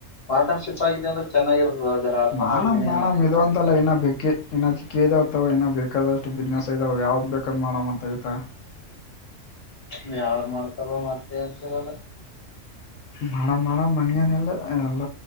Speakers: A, on the left (about 55°); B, on the left (about 80°).
A: ಪಾರ್ಟ್ನರ್ಶಿಪ್ ಆಗಿದೆ ಅಂದ್ರೆ ಚೆನ್ನಾಗಿರ್ತದ ಜರ ಅರ್ಥ
B: ಮಾನಮ
A: ಮಾಡ್ಕನಿ
B: ಮೇಣಮ
A: ಏನ
B: ಇದು ಒಂತಲ್ಲ ಇನ್ನ ಪಿಕ್ಕಿ ಇಏ ಚಿಕ್ಕಿ ಇದದಾವ ಇಏ ಬೇಕಾದಷ್ಟು ಬಿಸ್ನೆಸ್ ಇದಾವ ಯಾವ್ದ ಬೇಕಂದ್ ಮಾಡವ ಅಂತ ಆತ
A: ನೀ ಯಾವು ಮಾಡ್ತಾರ ಮತ್ತೆಗಲ್ಲ
B: ಮಾಡ ಮಾಡ ಮಂಗೇನ ಇಲ್ಲ ಎಲ್ಲ